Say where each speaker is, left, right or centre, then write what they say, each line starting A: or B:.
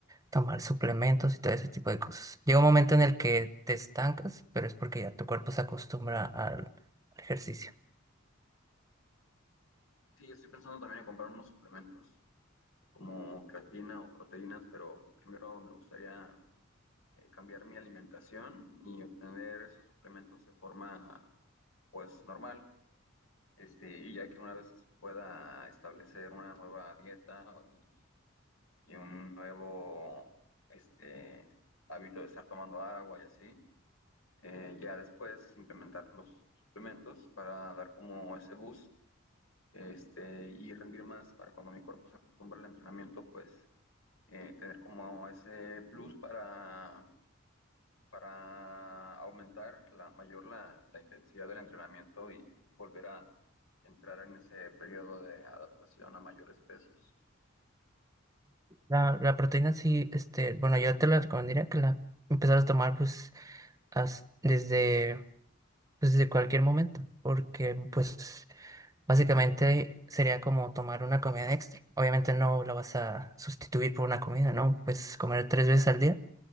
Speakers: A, on the right; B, on the left.
A: tomar suplementos y todo ese tipo de cosas. Llega un momento en el que te estancas, pero es porque ya tu cuerpo se acostumbra al, al ejercicio.
B: Sí, estoy pensando también en comprar unos suplementos. como creatina o proteínas, pero primero me gustaría eh, cambiar mi alimentación y obtener esos suplementos de forma pues normal. Este, y ya que una vez pueda establecer una nueva dieta y, y un nuevo este, hábito de estar tomando agua y así, eh, ya después implementar los suplementos para dar como ese boost este, y rendir más para cuando mi cuerpo se acostumbre al entrenamiento, pues eh, tener como ese plus para, para aumentar la mayor la, la intensidad del entrenamiento y, y volver a entrar en ese periodo de adaptación a mayores pesos.
A: La, la proteína sí, este, bueno, yo te la recomendaría que la empezaras a tomar pues as- desde, pues, desde cualquier momento, porque pues básicamente sería como tomar una comida extra. Obviamente no la vas a sustituir por una comida, ¿no? Pues comer tres veces al día